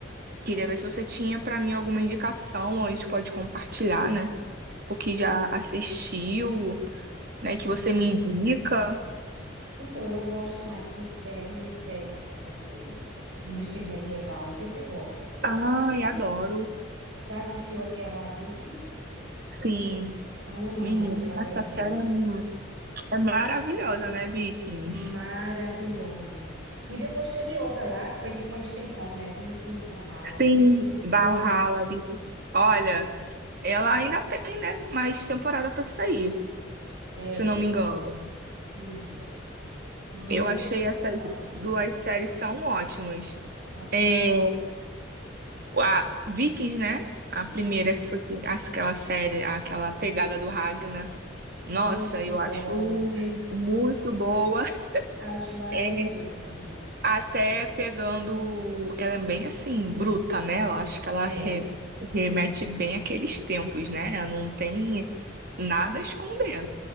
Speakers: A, on the right; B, on the right.
A: queria ver se você tinha pra mim alguma indicação, ou a gente pode compartilhar, né? porque
B: é,
A: já assistiu, né? Que
B: uhum.
A: você me indica.
B: Então, eu gosto mais de séries épicas, assim, no estilo medieval. Não sei se você gosta desse
A: Ai,
B: estilo.
A: adoro.
B: Já assistiu aquela Vikings?
A: Sim,
B: Amo
A: menina,
B: aquela dali,
A: essa série
B: né?
A: é mu- é maravilhosa, né, Vikings?
B: Maravilhosa. E depois teve outra lá, que foi tipo uma extensão, né? Vikings, Valhalla.
A: Sim,
B: Não sei se tu
A: Valhalla,
B: viu também.
A: Vikings. Olha, ela ainda tem, né, mais temporada pra sair,
B: É,
A: se não me engano.
B: isso. Muito
A: Eu achei
B: legal,
A: essas
B: achei.
A: duas séries são ótimas.
B: Achei
A: É, a Vikings, né? A primeira que foi com- aquela série, aquela pegada do Ragnar. Nossa,
B: muito
A: eu
B: boa.
A: acho muito boa.
B: <laughs> Acho maravilhoso
A: É,
B: também.
A: até pegando. Ela é bem assim, bruta, né? Ela, acho que ela
B: É,
A: re- remete bem àqueles tempos, né? Ela não tem
B: isso.
A: nada a esconder.